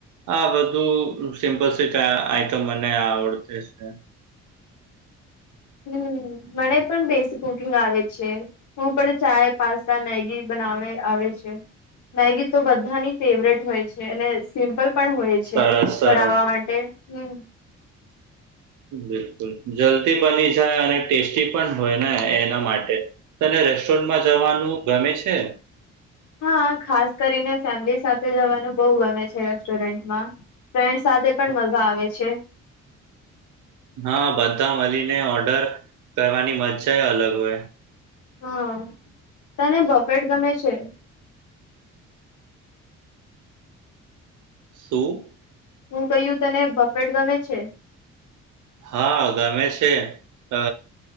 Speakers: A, on the right (about 80°); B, on the left (about 75°).
A: આ બધું સિમ્પલ સ આઈટમ મને આવડતી છે.
B: હમ મને પણ બેસી કુકિંગ આવે છે. હું પણ ચાય પાસ્તા મેગી બનાવે આવે છે. મેગી તો બધાની ફેવરેટ હોય છે અને સિમ્પલ પણ હોય છે
A: સરસ સરસ
B: બનાવવા માટે હમ
A: બિલકુલ જલ્દી બની જાય અને ટેસ્ટી પણ હોય ને એના માટે. તને રેસ્ટોરન્ટમાં જવાનું ગમે છે.
B: હા ખાસ કરીને ફેમિલી સાથે જવાનું બહુ ગમે છે રેસ્ટોરન્ટમાં. ફ્રેન્ડ સાથે પણ મજા આવે છે.
A: હા બધા મળીને ઓર્ડર કરવાની મજજા એ અલગ હોય.
B: હા તને બફેટ ગમે છે.
A: તુ
B: હું કહું તને બફેટ ગમે છે.
A: હા ગમે છે અ